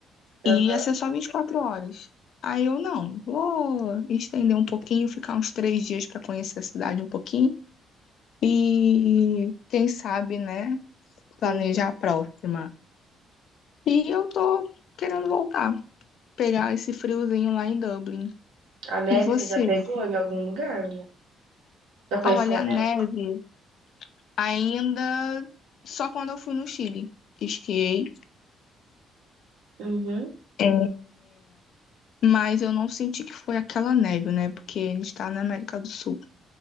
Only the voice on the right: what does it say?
aham,
uhum.
A neve
você já pegou em algum lugar? né? Já conheceu
a
neve?
Uhum.